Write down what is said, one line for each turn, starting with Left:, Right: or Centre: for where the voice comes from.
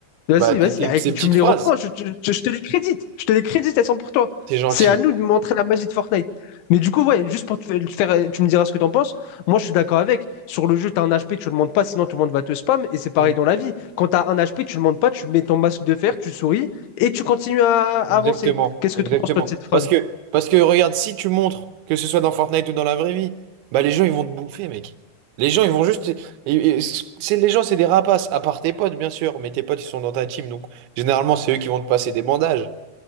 Left: Vas-y,
Right: Bah, t-
Left: vas-y,
Right: t-
Left: avec-
Right: ces petites
Left: tu me les
Right: phrases,
Left: reprends, je, je- je- je te les crédite. Je te les crédite, elles sont pour toi.
Right: c'est gentil.
Left: C'est à nous de montrer la magie de Fortnite. Mais du coup, ouais, juste pour te fa- te faire, euh, tu me diras ce que t'en penses. Moi, je suis d'accord avec. Sur le jeu, t'as un HP, tu le montes pas, sinon tout le monde va te spam. Et c'est pareil
Right: Mm.
Left: dans la vie. Quand t'as un HP, tu le montes pas, tu mets ton masque de fer, tu souris et tu continues à, à
Right: Exactement,
Left: avancer. Qu'est-ce
Right: exactement.
Left: que t'en penses, toi, de cette phrase?
Right: Parce que, parce que regarde, si tu montres, que ce soit dans Fortnite ou dans la vraie vie, bah les gens ils vont te bouffer, mec. Les gens ils vont juste, et- et c'est les gens c'est des rapaces. À part tes potes bien sûr, mais tes potes ils sont dans ta team, donc généralement c'est eux qui vont te passer des bandages.